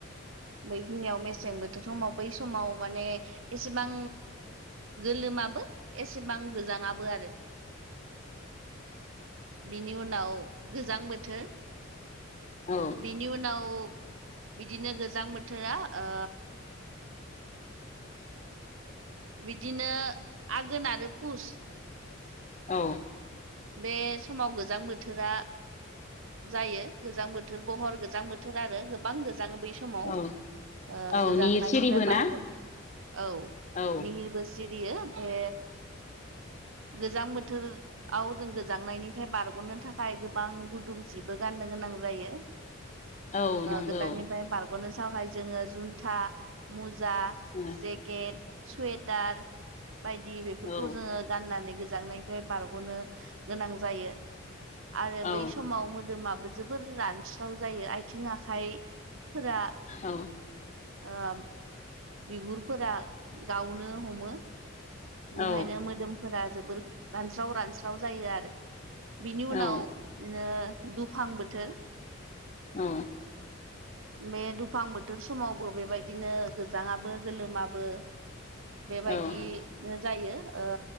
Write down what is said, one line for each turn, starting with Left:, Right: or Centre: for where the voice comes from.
Right: बैखिनियाव मेसें बोथोर समाव बै समाव माने एसेबां गोलोमाबो एसेबां गोजाङाबो आरो बिनि उनाव गोजां बोथोर
Left: औ
Right: बेनि उनाव बिदिनो गोजां बोथोरा ओ बिदिनो आघोन आरो पुस
Left: औ
Right: बे समाव गोजां बोथोरा जायो गोजां बोथोर बहर गोजां बो थोर आरो गोबां गोजां बै स समाव
Left: औ
Right: ओ
Left: औ
Right: गोजांनायनिफ्राय
Left: निरसिरिबो
Right: बारग
Left: ना
Right: औ
Left: औ
Right: मिहिर बोसोर सिरियो बे गोजां बोथोर औ जों गोजांनायनिफ्राय बारग'नो थाखाय गोबां गुदुं जिबो गाननो गोनां जायो
Left: औ नंगौ
Right: गोजाननिफ्राय बार गनो सहाय जोङो जुन्था मुजा
Left: ओ
Right: जेकेट सुवेटार बायदि बेफोरखौ
Left: ओ
Right: जोङो गाननानै गोजांनायनिफ्राय बार ग गोनां जायो आरो
Left: औ
Right: बै समाव मोदोमाबो जोबोर रानस्राव जायो आथिं आखाइफोरा
Left: औ
Right: ओ बिगुरफोरा गावनो हमो बिनिखायनो
Left: औ
Right: मोदोमफोरा जोोबोर रानस्राव रानस्राव जायो आरो बिनि उनाव
Left: औ
Right: बिनो दुफां बोथोर
Left: औ
Right: बे दुफां बोथोर समावबो बेबायदिनो गोजाङाबो गोलोमाबो बेबायदिनो
Left: औ
Right: जायो ओ